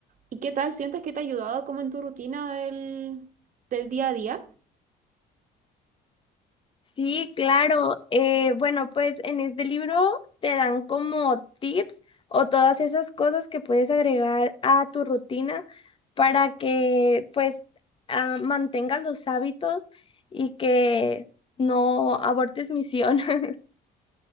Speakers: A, on the right (about 50°); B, on the left (about 30°).
A: ¿Y qué tal? ¿Sientes que te ha ayudado como en tu rutina del, del día a día?
B: Sí, claro. Eh, bueno, pues en este libro te dan como tips o todas esas cosas que puedes agregar a tu rutina para que pues ah, mantengas los hábitos y que no abortes misión. <laughs>